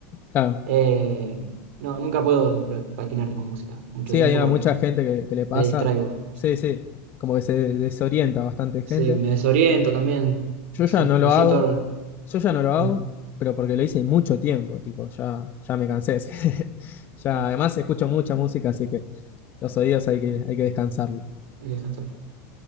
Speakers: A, on the left; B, on the right.
A: Claro,
B: eh, no, nunca puedo pra- patinar con música mucho
A: sí,
B: tiempo
A: hay
B: porque
A: mucha gente que, que le pasa,
B: me distraigo.
A: sí, sí, como que se desorienta bastante gente.
B: Sí, me desoriento también.
A: Yo
B: No
A: ya
B: sé,
A: no lo
B: me siento.
A: hago, yo ya no lo hago,
B: mm,
A: pero porque lo hice mucho tiempo, tipo, ya, ya me cansé. <laughs> Ya,
B: sí,
A: además escucho mucha música, así que los oídos hay que,
B: mm,
A: hay que descansarlo.
B: hay que descansar.